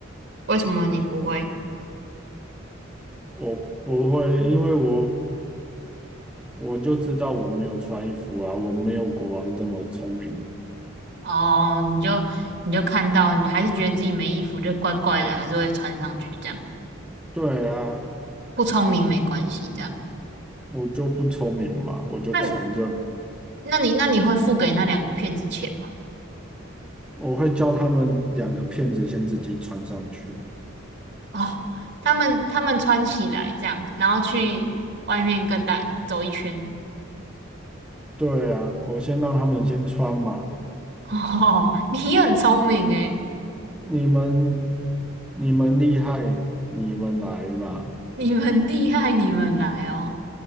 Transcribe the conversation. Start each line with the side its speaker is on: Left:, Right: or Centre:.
Right: 为什么你不会？
Centre: 我不会，因为我我就知道我没有穿衣服啊，我没有国王这么聪明。
Right: 哦，你就你就看到，你还是觉得自己没衣服就怪怪的，还是会穿上去这样。
Centre: 对啊，
Right: 不聪明没关系，这样。
Centre: 我就不聪明嘛，我就承认。
Right: 那你那你那你会付给那两个骗子钱吗？
Centre: 我会叫他们两个骗子先自己穿上去。
Right: 哦，他们他们穿起来这样，然后去外面跟大走一圈。
Centre: 对啊，我先让他们先穿嘛。
Right: <laughs> 哦，你很聪明诶，
Centre: 你们，你们厉害，你们来嘛。
Right: 你们厉害，你们来哦。